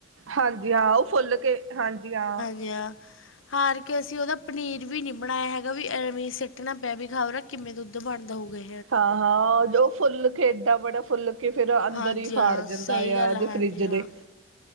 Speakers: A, on the right; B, on the left.
A: ਹਾਂਜੀ, ਹਾਂ, ਉਹ ਫੁੱਲ ਕੇ ਹਾਂਜੀ, ਹਾਂ।
B: ਕਿਆ? ਹਾਰ ਕੇ ਅਸੀਂ ਉਹਦਾ ਪਨੀਰ ਵੀ ਨੀ ਬਣਾਇਆ ਹੈਗਾ, ਵੀ ਐਵੇਂ ਅਸੀ। ਸਿੱਟਣਾ ਪਿਆ ਵੀ ਖਬਰਾ ਕਿਵੇਂ ਦੁੱਧ ਬੰਦ ਹੋ ਗਏ।
A: ਹਾਂ-ਹਾਂ ਉਹ ਫੁੱਲ ਇਡਾ ਬੜਾ ਫੁੱਲ ਕੇ' ਫਿਰ ਅੰਦਰ
B: ਹਾਂਜੀ
A: ਹੀ
B: ਹਾਂ
A: ਫਾੜ ਜਾਂਦਾ
B: ਸਹੀ ਗੱਲ
A: ਆ ਉਹਦੇ
B: ਹੈ ਹਾਂਜੀ
A: ਫਰਿੱਜ ਦੇ
B: ਹਾਂ